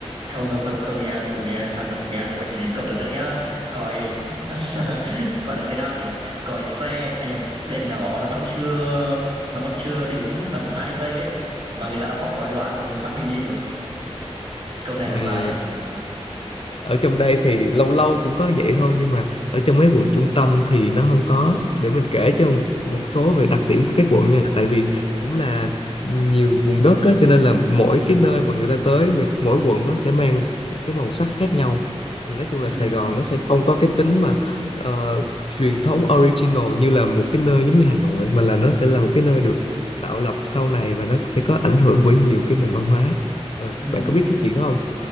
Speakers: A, on the right; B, on the left.
A: Không, không, không, không nha, không nha, Hà Nội, người Hà Nội. Cậu tưởng tượng nhá, còi <laughs> gọi là thế nào nhỉ? Còi xe, à nhầm, đèn đỏ nó còn chưa nó còn chưa đến tầm 2 giây ấy mà người ta đã bóp còi loạn rồi, bắt mình đi rồi. Câu này
B: Ừ,
A: là sai đấy.
B: ở trong đây thì lâu lâu cũng có vậy thôi nhưng mà ở trong mấy quận trung tâm thì nó không có để mình kể cho một, một số về đặc điểm của các quận nha tại vì cũng là nhiều vùng đất á, cho nên là mỗi cái nơi mà người ta tới người, mỗi quận nó sẽ mang cái màu sắc khác nhau thì nói chung là
A: Ừm,
B: Sài Gòn nó sẽ không có cái tính mà ờ, truyền thống original như là một cái nơi giống như Hà Nội mà là nó sẽ là một cái nơi được tạo lập sau này và nó sẽ có ảnh hưởng bởi nhiều cái nền văn hóa Ờ,
A: ừm.
B: bạn có biết cái chuyện đó